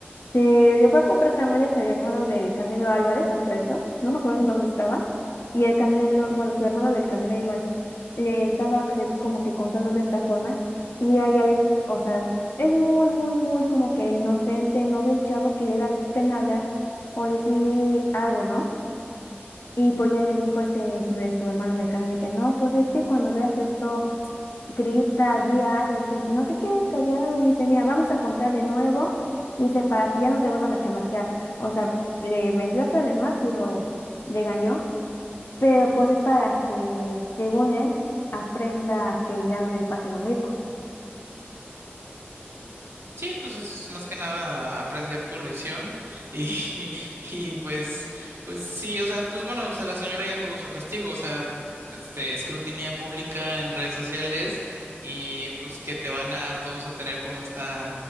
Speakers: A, on the left; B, on the right.
A: te le fue a comprar tamales al hermano del Canelo Álvarez, hasta eso, no me acuerdo en dónde estaba, y el Canelo, bueno, su hermano del Canelo Álvarez, le estaba cre- como que contando de esta forma, y ahí Alex, o sea, es muy, muy, muy como que inocente, noble el chavo que le da pena hablar o decir algo, ¿no? Y pues ya le dijo este, su, su hermano del Canelo de que no, pues es que cuando veas esto grita, di algo, dice, no te quedes callado, dice, mira, vamos a contar de nuevo, dice, para que ya no te vuelvan a chamaquear. O sea, le vendió hasta de más y lo regañó, pero pues es para que, según él, aprenda que ya no le pase lo mismo.
B: Sí, pues es más que nada aprender tu lección y, <laughs> y pues, pues sí, o sea, pues bueno, o sea, la señora ya tuvo su castigo, o sea, este, escrutinía pública en redes sociales y pues que te van a todos a tener como esta